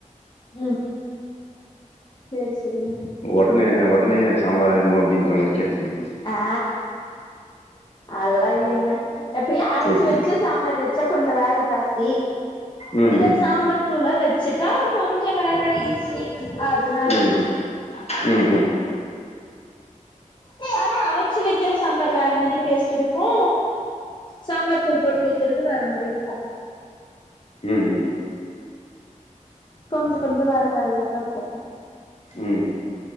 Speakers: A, on the left; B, on the left.
A: ம் சரி சரிங்க
B: உடனே உடனே சாம்பாராயிருமா அப்டின்ற மாதிரி கேட்டங்க
A: ஆ அதல்லா இல்லைங்க எப்பயே அரைச்சு
B: சேரி சேரி
A: வச்சு சாம்பார் வச்சா கொஞ்ச வேல ஜாஸ்தி
B: ம்
A: இத சாம்பார் தூள வச்சுட்டா கொஞ்ச வேல ஈசி அதுனா
B: ம் ம் ம் ம்
A: ஆனா அரச்சு வைக்கிற சாம்பார் வேற மாதிரி டேஸ்ட் இருக்கு சாம்பார் தூள் போட்டு வைக்கிறது வேற மாதிரி இருக்கு
B: ம் ம்
A: கொஞ்ச கொஞ்ச வேற வேறயாதா இருக்கு
B: ம்